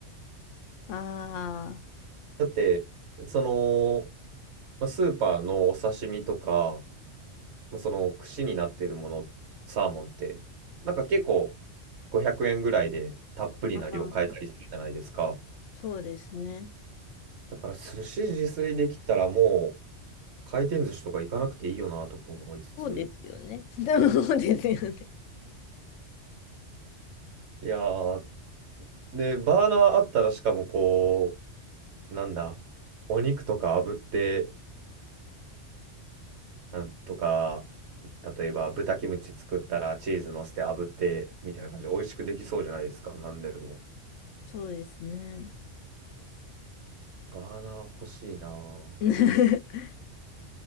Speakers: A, on the left; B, on the right.
A: あ
B: だって、その、まあスーパーのお刺身とか、まあその串になってるもの、サーモンって、なんか結構500円ぐらいでたっぷりな量買えたりするじゃないですか。
A: ーあー、そうですね。
B: だから寿司自炊できたらもう、回転寿司とか行かなくていいよなとか思いつつ。
A: そうですよね。<laughs> そうですよね。
B: いやー、で、バーナーあったらしかもこう、なんだ、お肉とか炙って、なんとか、例えば豚キムチ作ったらチーズ乗せて炙って、みたいな感じで美味しくできそうじゃないですか。なんでも。
A: そうですね。
B: バーナー欲しいなぁ
A: <laughs> 確